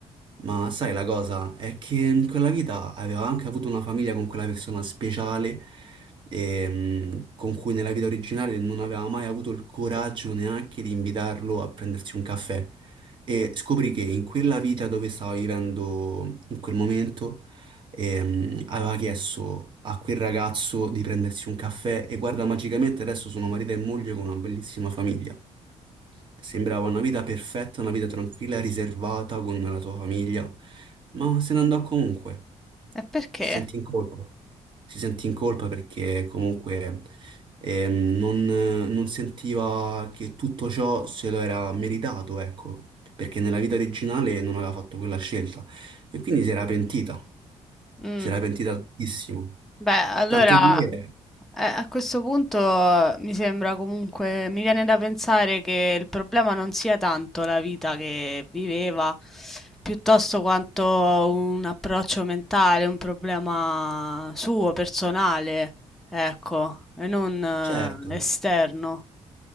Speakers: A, on the right; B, in the centre.
A: Ma sai la cosa è che in quella vita aveva anche avuto una famiglia con quella persona speciale ehm, con cui nella vita originale non aveva mai avuto il coraggio neanche di invitarlo a prendersi un caffè. E scoprì che in quella vita dove stava vivendo in quel momento ehm, aveva chiesto a quel ragazzo di prendersi un caffè e guarda, magicamente adesso sono marito e moglie con una bellissima famiglia. Sembrava una vita perfetta, una vita tranquilla, riservata con la tua famiglia, ma se ne andò comunque.
B: E perché?
A: Si sentì in colpa. Si sentì in colpa perché comunque ehm, non, non sentiva che tutto ciò se lo era meritato, ecco, perché nella vita originale non aveva fatto quella scelta e quindi si era pentita.
B: Mm.
A: Si era pentita tantissimo.
B: Beh, allora
A: Tanto che,
B: eh, a questo punto mi sembra comunque, mi viene da pensare che il problema non sia tanto la vita che viveva, piuttosto quanto un approccio mentale, un problema suo, personale, ecco, e non
A: certo.
B: eh, esterno.